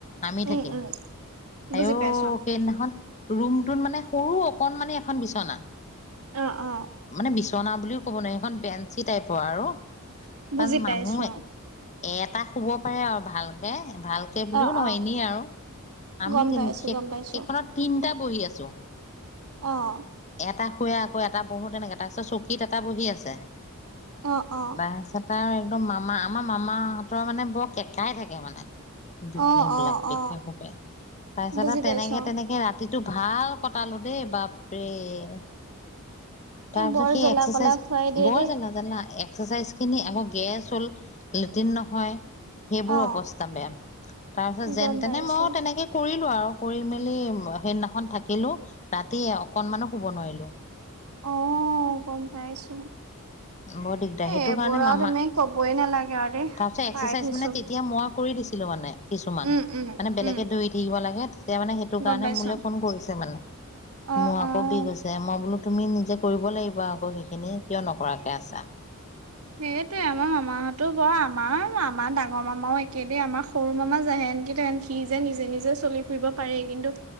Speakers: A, on the left (about 30°); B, on the right (about 70°).
A: আমি
B: অ উম
A: থাকিম।
B: উম
A: আইঅ'
B: বুজি পাইছো
A: সেইদিনাখন ৰুমটোত মানে সৰু অকনমানি এখন বিচনা।
B: অ অ
A: মানে বিচনা চনা বুলিও ক'ব নোৱাৰি, সেইখন বেঞ্চি টাইপৰ আৰু।
B: বুজি
A: তাত
B: পাইছো
A: মানুহ, এটা শুব পাৰে আৰু ভালকে। ভালকে বুলিও
B: অ
A: নহয়
B: অ
A: এনেই আউ আমি
B: গম
A: তিন
B: পাইছো
A: সেই
B: গম পাইছো
A: সেইখনত তিনিটা বহি আছো
B: অঁ
A: এটা শুৱে আকৌ এটা বহো তেনেকে তাৰপিছত চকীত এটা বহী আছে ৷
B: অ অ
A: বাই চ <unintelligible> তাৰ একদম মামা আমাৰ মামাহঁতৰ মানে বৰ কেঁকাই থাকে মানে!
B: অ
A: সেইবিলাক
B: অ
A: বিশেষৰূপে
B: অ
A: তাৰপিছত
B: বুজি
A: আৰু
B: পাইছো
A: তেনেকে তেনেকে ৰাতি <unintelligible> টো ভাল কটালো দেই বাপৰে! তাৰ
B: এই
A: পিছত
B: বৰ
A: সেই
B: জ্বলা
A: এক্সাৰচাইজ
B: কলা খুৱাই দিয়ে
A: বৰ
B: দেই
A: জেগা জানা? ফচাইছখিনি আকৌ গেছ হল। লেটিন নহয়, সেইবোৰ
B: অ
A: অৱস্থা বেয়া তাৰ পিছত
B: গম
A: যেন
B: পাইছো
A: তেনে মই তেনেকে কৰিলো আৰু৷ কৰি মেলি সেইদিনাখন থাকিলো, ৰাতি অকনমানো শুব নোৱাৰিলো।
B: অ গম পাইছো৷
A: বৰ দিগদাৰ
B: এ
A: সেইটো
B: এইবোৰ
A: কাৰণে মামা
B: আৰু তুমি
A: তাৰপিছত
B: কবই নালাগে আৰু দেই
A: এক্সাৰচাইজ
B: পাই থৈছো
A: মানে তেতিয়া মই কৰি দিছো। ছিলোমানে। কিছুমান
B: উম উম
A: মানে বেলেগে
B: উম
A: দৌৰি থাকিব লাগে এতিয়া মানে সেইটো
B: গম
A: কাৰণে
B: পাইছো
A: মোলে ফোন কৰিছে মানে।
B: অ
A: মোৰ আকৌ
B: অ
A: বিষ হৈছে মই বোলো তুমি নিজে কৰিব লাগিব আকৌ সেইখিনি কিয় নকৰা? কে আছা
B: সেইটোয়ে আমাৰ মামাহতো বৰ আমাৰ ডাঙৰ মামাও একেদেই আমাৰ সৰু মামা যেহেনকিতিহেন সি যে নিজে নিজে চলি ফুৰিব পাৰেই কিন্তু